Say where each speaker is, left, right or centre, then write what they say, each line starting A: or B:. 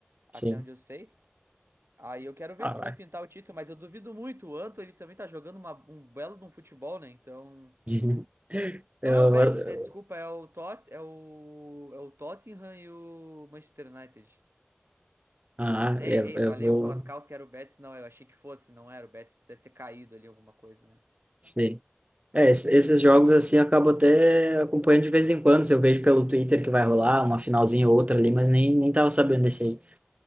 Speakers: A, on the right; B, on the right.
A: Até
B: Sim.
A: onde eu sei. Aí eu quero ver
B: Ah,
A: se
B: vai.
A: vai pintar o título, mas eu duvido muito. O Anto, ele também tá jogando uma- um belo de um futebol, né? Então.
B: <laughs>
A: Não
B: Eu,
A: é o Betis,
B: vou- eu-
A: é, desculpa, é o Tot, é o, é o Tottenham e o Manchester United.
B: ah,
A: Até
B: eu,
A: errei,
B: eu
A: falei
B: vou.
A: algumas calças que era o Betis, não, eu achei que fosse, não era o Betis, deve ter caído ali alguma coisa, né?
B: Sim. É, es- esses jogos assim eu acabo até acompanhando de vez em quando. Se eu vejo pelo Twitter que vai rolar uma finalzinha ou outra ali, mas nem, nem tava sabendo desse aí.